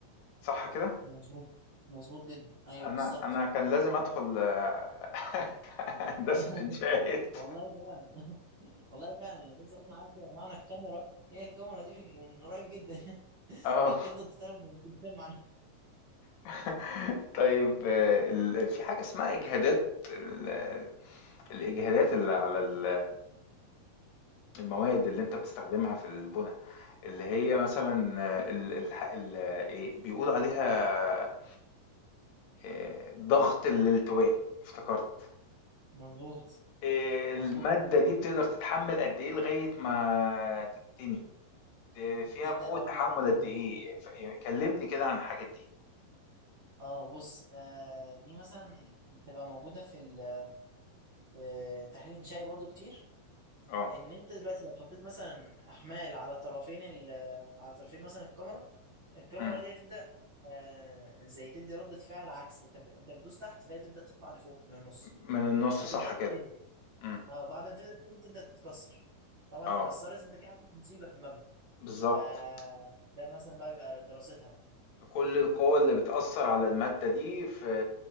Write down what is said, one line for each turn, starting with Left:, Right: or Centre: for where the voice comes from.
Left: صح كده
Right: مظبوط مظبوط جدا أيوه
Left: انا
Right: بالظبط
Left: انا كان لازم ادخل آه، <laughs> هندسة
Right: <laughs>
Left: انشاءات
Right: والله فعلا والله فعلا أنا لسه أصلا عارف معنى الكاميرا هي الكاميرا دي من من قريب جدا <laughs>
Left: اه
Right: كانت تفضل تتكلم وتتكلم معناها
Left: <laughs> طيب آه، ال- في حاجة اسمها اجهادات ال- الاجهادات اللي على ال- المواد اللي أنت بتستخدمها في البنا، اللي هي مثلًا
Right: مم.
Left: آه، ال الح ال إيه بيقولوا عليها آآ ضغط الالتواء افتكرت،
Right: مظبوط
Left: آآ المادة
Right: مظبوط دي
Left: دي بتقدر تتحمل قد إيه لغاية ما تتني، آآ فيها
Right: تبدأ
Left: قوة
Right: اه
Left: تحمل
Right: تبدأ تتكلم
Left: قد إيه؟ ف ي كلمني كده عن الحاجات دي.
Right: اه بص آه دي مثلا تبقى موجودة في ال- في تحليل إنشائي برضو كتير
Left: آه،
Right: إن أنت دلوقتي لو حطيت مثلا أحمال على طرفين ال على طرفين مثلا الكاميرا الكاميرا
Left: إمم،
Right: دي هتبدا آه زي تدي ردة فعل عكسي انت انت بتدوس تحت فهي تبدا تطلع لفوق من النص
Left: من النُص
Right: فهتبدا
Left: صح
Right: تتني
Left: كده، إمم،
Right: اه بعد ما تبدا تتني تبدا تتكسر طبعا
Left: آه،
Right: اتكسرت انت كده عملت مصيبه في المبنى
Left: بالضبط.
Right: فده مثلا بقى بيبقى دراستها بقى
Left: كل القوى اللي بتأثر على المادة دي في